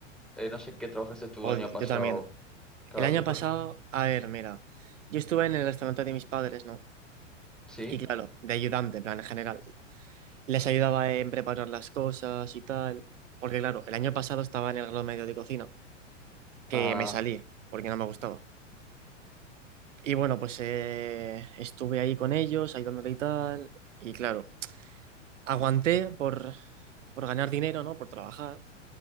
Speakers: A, in the centre; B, on the right (about 75°).
A: Eh, no sé en qué trabajaste tú
B: Joder,
A: el año pasado.
B: yo también.
A: Claro,
B: El año
A: tú... pre-
B: pasado, a ver, mira, yo estuve en el restaurante de mis padres, ¿no?
A: ¿Sí?
B: Y claro, de ayudante, en plan, en general. Les ayudaba en preparar las cosas y tal. Porque claro, el año pasado estaba en el grado medio de cocina, que
A: Ah,
B: me salí, porque no me gustaba. Y bueno, pues eh, estuve ahí con ellos, ayudándole y tal. Y claro, aguanté por, por ganar dinero, ¿no? Por trabajar.